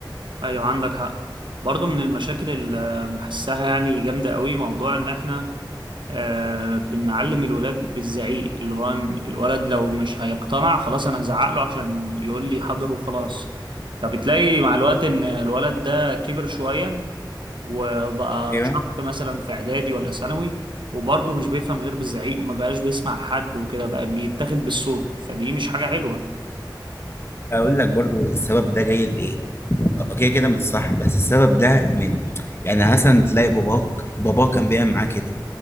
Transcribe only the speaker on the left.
ايوه
اقول لك برضو السبب ده جاي لايه اوكي كده مش صح بس السبب ده من يعني مثلا تلاقي باباك باباك كان بيعمل معاه كده